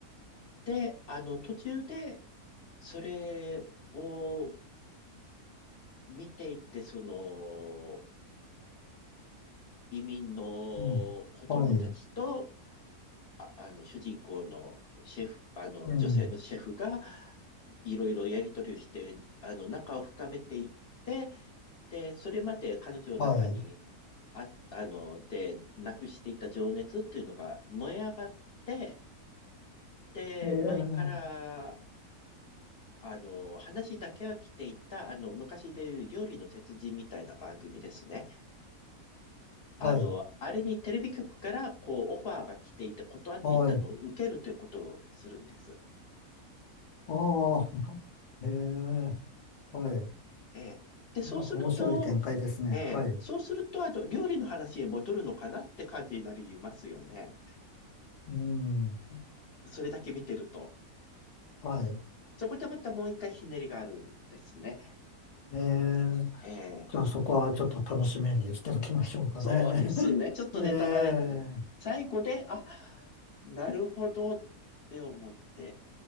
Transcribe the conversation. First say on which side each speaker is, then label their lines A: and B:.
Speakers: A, on the left (about 50°); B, on the left (about 65°).
A: で、あの、途中で、それを見ていて、その、移民の子供たちと、
B: うん、はい、
A: あ、あの、主人公のシェフ、あの、
B: うん、
A: 女性のシェフが、いろいろやりとりをして、あの、仲を深めていって、で、それまで彼女の中に
B: はい、
A: あ、あの、で、なくしていた情熱っていうのが燃え上がって、で、
B: えー、
A: 前からあの、話だけは来ていた、あの、昔でいう料理の鉄人みたいな番組ですね。あの、
B: はい、
A: あれにテレビ局から、こう、オファーが来ていて、断っていったのを受けるということをするんです。
B: はい、ああ、えー、はい。
A: ええ。で、そうすると、
B: なんか面白い展開ですね。
A: ええ、
B: はい、
A: そうすると、あの、料理の話へ戻るのかなって感じになりますよね。
B: うん、
A: それだけ見てると。
B: はい、
A: そこでまたもう一回ひねりがあるんですね。
B: えー、
A: ええ。
B: じゃあそこはちょっと楽しみにしておきましょうかね。
A: そうですね。
B: <laughs>
A: ちょっとネタバレになっちゃう。
B: ええ、
A: 最後で、あ、なるほどって思って、